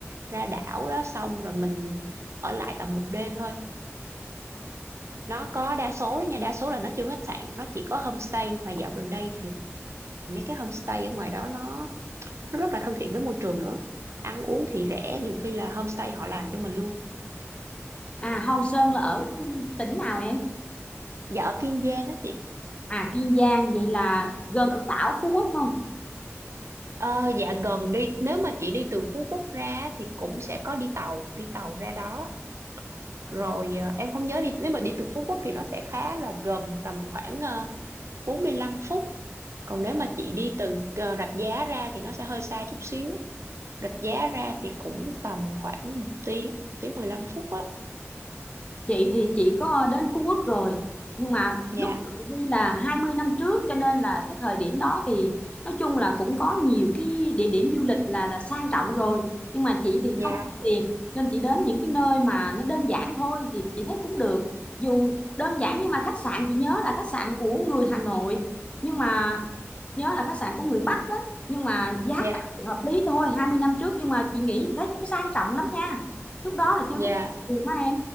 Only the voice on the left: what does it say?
à Hòn Sơn là ở tỉnh nào em
à Kiên Giang vậy là gần đảo Phú Quốc không
chị thì chị có đến Phú Quốc rồi nhưng mà
lúc chị đi là 20 năm trước cho nên là cái thời điểm đó thì nói chung là cũng có nhiều cái địa điểm du lịch là là sang trọng rồi nhưng mà chị thì
không có tiền nên chị đến những cái nơi mà nó đơn giản thôi thì chị thấy cũng được dù đơn giản nhưng mà khách sạn chị nhớ là khách sạn của người Hà Nội nhưng mà chị nhớ là khách sạn của người Bắc á nhưng mà giá
cả thì hợp lý thôi 20 năm trước nhưng mà chị nghĩ thấy cũng sang trọng lắm nha lúc đó là chưa
có tiền mà